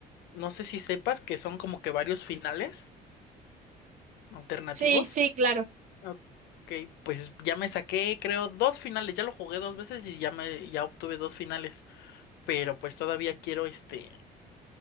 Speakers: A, on the left; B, on the right.
A: no sé si sepas que son como que varios finales alternativos.
B: Sí, sí, claro.
A: Ok, pues ya me saqué, creo, dos finales. Ya lo jugué dos veces y ya me, ya obtuve dos finales. Pero pues todavía quiero este.